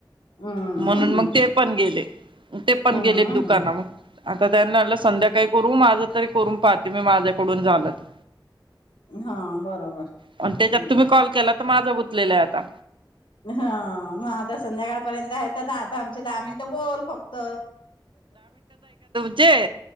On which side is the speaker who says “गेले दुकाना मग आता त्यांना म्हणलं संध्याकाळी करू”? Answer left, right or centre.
Right